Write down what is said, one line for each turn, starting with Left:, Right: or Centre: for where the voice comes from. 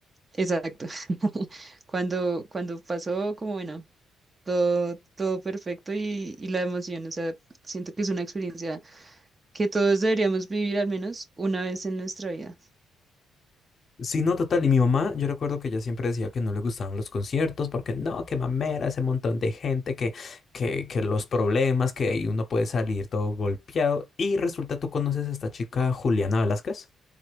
Right: exacto. <laughs> Cuando, cuando pasó, como bueno todo, todo perfecto y, y la emoción, o sea, siento que es una experiencia que todos deberíamos vivir al menos una vez en nuestra vida.
Left: Sí, no, total. Y mi mamá, yo recuerdo que ella siempre decía que no le gustaban los conciertos porque no, qué mamera, ese montón de gente, que, que, que los problemas, que ahí uno puede salir todo golpeado. Y resulta, tú conoces a esta chica Juliana Velázquez.